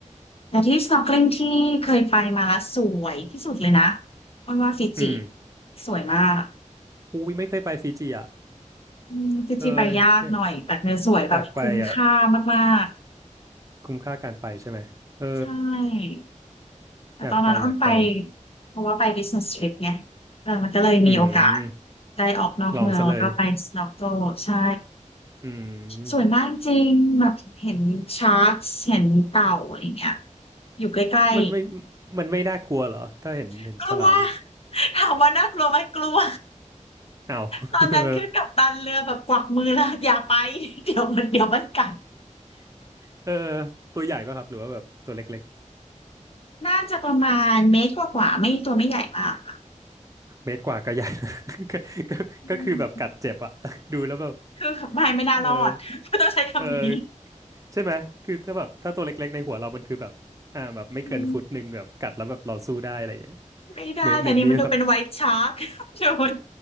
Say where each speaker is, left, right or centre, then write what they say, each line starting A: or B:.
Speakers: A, on the left; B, on the right.
A: แต่ที่ snorkeling ที่เคยไปมาแล้วสวยที่สุดเลยนะอ้อนว่าฟิจิ
B: อืม
A: สวยมาก
B: อุ้ยไม่เคยไปฟิจิอ่ะ
A: อืมฟิจิไปยากหน่อย
B: เอออยาก
A: แต่คือสวยแบบคุ้มค่ามาก
B: อยากไปอ่ะคุ้มค่าการไปใช่ไหมเออ
A: ๆใช่ แต่ตอนนั้นอ้นไป
B: อยากไปอยากไป
A: เพราะว่าไป business trip ไงเออมันก็เลยมีโอกาส
B: อืม
A: ได้ออกนอกเมืองแล้วก็ไป
B: ลองซะเลย
A: snorkel ใช่
B: อืม
A: สวยมากจริงแบบเห็นชาร์กเห็นเต่าอะไรเงี้ยอยู่ใกล้
B: มันไม่มันไม่น่ากลัวเหรอถ้าเห็นเห็นฉลาม
A: ๆกลัวถามว่าน่ากลัวไหมกลัว
B: อ้าว <laughs>
A: ตอนนั้นคือกัปตันเรือแบบกวักมือแล้วอย่าไป
B: เออ
A: เดี๋ยวมัน <laughs> เดี๋ยวมันกัด
B: เออตัวใหญ่ป่ะครับหรือว่าแบบตัวเล็ก
A: น่าจะประมาณเมตรกว่าๆไม่ตัวไม่ใหญ่มาก
B: ๆเมตรกว่าก็ใหญ่ <laughs> ก็ก็ก็คือแบบกัดเจ็บอะ
A: อืม
B: <laughs> ดูแล้วแบบ
A: คือไม่ไม่น่ารอด
B: เออ
A: <laughs> ต้องใช้คำนี้
B: เออใช่ไหมคือถ้าแบบถ้าตัวเล็กๆในหัวเรามันคือแบบอ่าแบบไม่เกินฟุตหนึ่งแบบกัดแล้วแบบเราสู้ได้อะไรอย่างเงี้ย
A: อืม ไม่ได้แต่นี่มันดูเป็นไวท์ชาร์ก
B: เมตรหนึ่งนี่แบบ
A: <laughs> โดน